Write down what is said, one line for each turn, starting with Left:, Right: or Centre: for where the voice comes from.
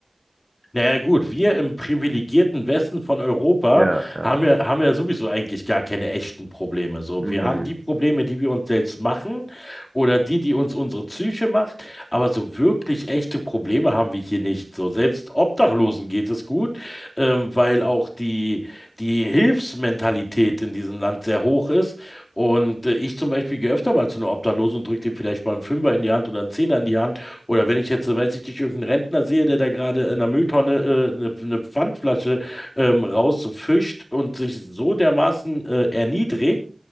Left: Naja gut, wir im privilegierten Westen von Europa
Right: Ja, ja,
Left: haben ja, haben ja sowieso eigentlich gar keine echten Probleme. So,
Right: mhm,
Left: wir haben die Probleme, die wir uns selbst machen oder die, die uns unsere Psyche macht, aber so wirklich echte Probleme haben wir hier nicht. So, selbst Obdachlosen geht es gut, ähm, weil auch die, die Hilfsmentalität in diesem Land sehr hoch ist. Und äh, ich zum Beispiel gehe öfter mal zu einer Obdachlosen und drücke dem vielleicht mal einen Fünfer in die Hand oder einen Zehner in die Hand oder wenn ich jetzt, weiß ich nicht, irgendeinen Rentner sehe, der da gerade in der Mülltonne äh, eine, eine Pfandflasche ähm, rausfischt und sich so dermaßen äh, erniedrigt,